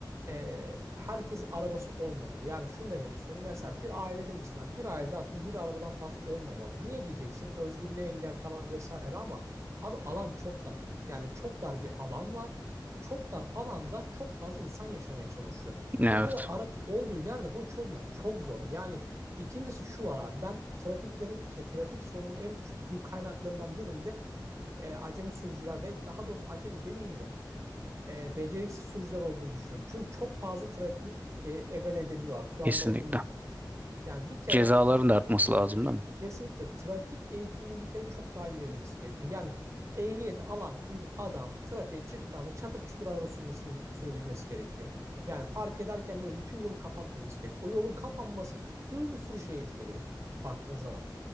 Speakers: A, on the right; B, on the right.
A: e, herkesin arabası olmamalı. Yani şunu demek istiyorum. Mesela bir ailede misin? abi? Bir ailede atıyorum bir arabadan fazla olmamalı. Niye diyeceksin? Özgürlüğe engel falan vesaire ama abi alan çok dar. Yani çok dar bir alan var çok dar alanda çok fazla insan yaşamaya çalışıyor.
B: Evet,
A: Bu kadar aracı olduğu yerde bunu çözmek çok zor. Yani ikincisi şu var abi ben trafiklerin şey trafik sorunun en büyük kaynaklarından birinde e, acemi sürücüler ve daha doğrusu acemi demeyeyim de e, beceriksiz sürücüler olduğunu düşünüyorum. Çünkü çok fazla trafiği e, egale edebiliyorlar. Kurallara
B: kesinlikle.
A: uymuyorlar. Yani bir kere
B: Cezaların da artması lazım değil mi?
A: Kesinlikle trafik eğitiminin bir kere çok daha iyi verilmesi gerekiyor. Yani ehliyeti alan bir adam trafiğe çıktığında çatır çutur araba sürmesini sürebilmesi gerekiyor. Yani park ederken böyle bütün yolu kapatmamız gerekiyor. O yolun kapanması bir sürü şeyi etkiliyor baktığın zaman.